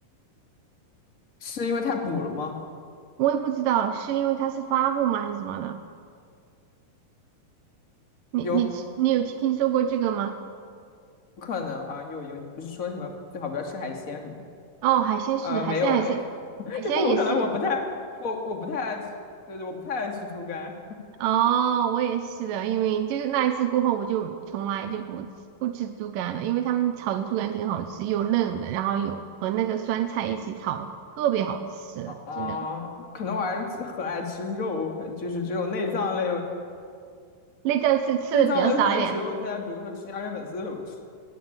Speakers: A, on the left; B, on the right.
A: 是因为太补了吗？
B: 我也不知道是因为它是发物吗，还是什么的。你你吃你有听说过这个吗？
A: 有可能，好像有因为不是说什么最好不要吃海鲜什么的。
B: 哦，海鲜是的，
A: 呃，
B: 海鲜海鲜海鲜也是。
A: 没有诶，<laughs> 因为我可能我不太我我不太爱吃，对对，我不太爱吃猪肝。
B: 哦，我也是的，因为就是那一次过后，我就从来就不吃不吃猪肝了，因为他们炒的猪肝挺好吃，又嫩的，然后有和那个酸菜一起炒，特别好吃，
A: 啊，
B: 真的。
A: 可能我还是很爱吃肉，就是这种内脏类，
B: 内脏是吃的比较少一点。
A: 内脏类有可能只有在比如说吃鸭血粉丝的时候吃，